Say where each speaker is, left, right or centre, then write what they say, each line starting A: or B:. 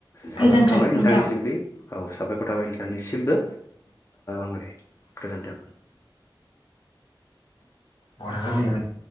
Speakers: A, on the left; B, on the left.
A: साबायखर
B: गोजोन्थों
A: थाबाय
B: नोंथां
A: नोंथांनिसिमबि औ साबायखर थाबाय नोंथांनिसिमबो ओ दे गोजोनथों।
B: बर'फोरनि मोन।